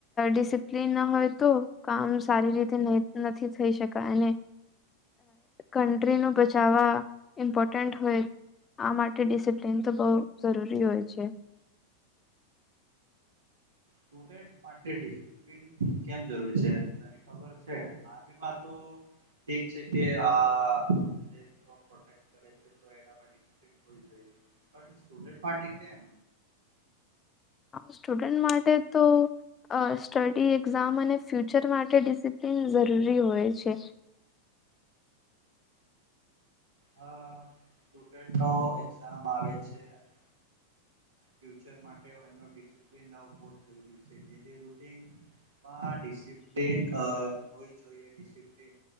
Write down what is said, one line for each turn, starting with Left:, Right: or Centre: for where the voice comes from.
Left: ડિસિપ્લિન ના હોય તો કામ સારી રીતે નથી થઈ શકે અને અ કન્ટ્રી નું બચાવા ઇમ્પોર્ટન્ટ હોય આ માટે ડિસિપ્લિન તો બહુ જરૂરી હોય છે.
Right: સ્ટુડન્ટ માટે ડિસિપ્લિન કેમ જરૂરી છે તને ખબર છે. આર્મીમાં તો ઠીક છે કે આ કરેુડ માટે કેમ.
Left: સ્ટુડન્ટ માટે તો સ્ટડી એક્ઝામ અને ફ્ય શિક્ર માટે ડિસિપ્લિન જરૂરી હોય છે.
Right: હ સ્ટુડન્ટ નો એક્ઝામ આવે છે અને ફ્યુચર માટે અને ડિસિપ્લિન જરૂરી છે. ડિસિપ્લન હો જોઈએ ડિસિપ્લન